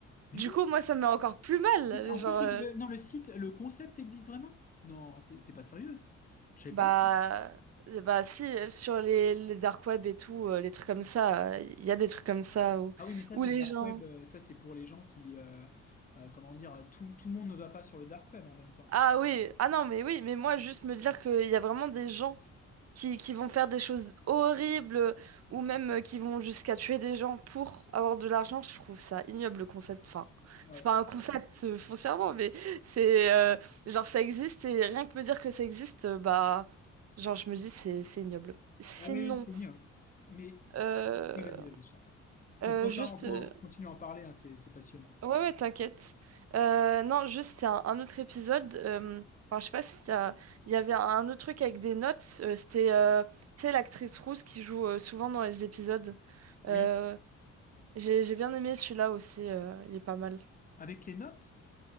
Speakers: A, on the left; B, on the right.
A: Mais
B: Du
A: oui.
B: coup, moi, ça me met encore plus mal.
A: En
B: Genre,
A: plus,
B: euh,
A: le, le- non, le site, le concept existe vraiment? Non, t'es t'es pas sérieuse. Je sais
B: Bah,
A: pas.
B: euh, bah si, euh, sur les, les dark web et tout, euh, les trucs comme ça, euh, il y a des trucs comme ça où,
A: Ah oui, mais ça,
B: où
A: c'est
B: les
A: le dark
B: gens...
A: web. euh, Ça, c'est pour les gens qui, euh, euh, comment dire, tout, tout le monde ne va pas sur le dark web en même temps.
B: Ah oui, ah non, mais oui, mais moi, juste me dire qu'il y a vraiment des gens qui, qui vont faire des choses horribles ou même euh, qui vont jusqu'à tuer des gens pour avoir de l'argent, je trouve ça ignoble le concept. Enfin,
A: Ouais.
B: c'est pas un concept euh, foncièrement, mais c'est... euh, genre, ça existe et rien que me dire que ça existe, euh, bah... Genre, je me dis, c'est c'est ignoble. Sinon...
A: Ah oui, oui, c'est mieux. C'est- Mais
B: euh,
A: ouais, vas-y, vas-y, je t'en prie. Qu'on
B: Euh,
A: pourrait
B: juste,
A: pas, on pourrait
B: euh,
A: continuer à en parler. hein, c'est, c'est passionnant.
B: ouais, ouais, t'inquiète. Euh, non, juste, c'est un, un autre épisode. euh, Enfin, je sais pas si t'as. Il y avait un autre truc avec des notes. euh, c'était, euh, tu sais, l'actrice rousse qui joue euh, souvent dans les épisodes.
A: Oui.
B: Euh, j'ai, j'ai bien aimé celui-là aussi. euh, il est pas mal.
A: Avec les notes?